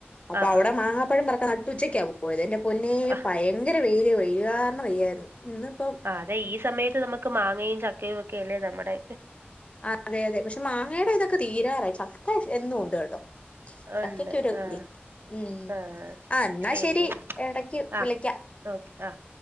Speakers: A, on the left; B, on the right.
A: അപ്പൊ
B: ആഹാ
A: ഔടെ മാങ്ങാപ്പഴം പറിക്കാ നട്ടുച്ചക്കാ പോയത് എന്റെ പൊന്നേ
B: ആഹ്
A: പയങ്കര വെയ്ല് വെയ്ല് കാര്ണം വെയ്യായ്ര്ന്നു ഇന്ന്പ്പോ
B: ആഹ് അതെ ഈ സമയത്ത് നമുക്ക് മാങ്ങയും ചക്കയും ഒക്കെയെല്ലേ നമ്മടെ
A: ആഹ് അതെ അതെ പക്ഷെ മാങ്ങേയ്ടെ ഇതൊക്കെ തീരാറായി ചക്ക എന്നുംണ്ട് കെട്ടോ ചക്കക്കൊരു
B: ഉണ്ട് ആഹ്
A: ഇത് ഉം
B: ആഹ്
A: ആഹ് ന്നാ
B: ശരിയെന്നാ
A: ശെരി എടക്ക്
B: ആഹ്
A: വിളിക്ക
B: ഓക്കെ ആഹ്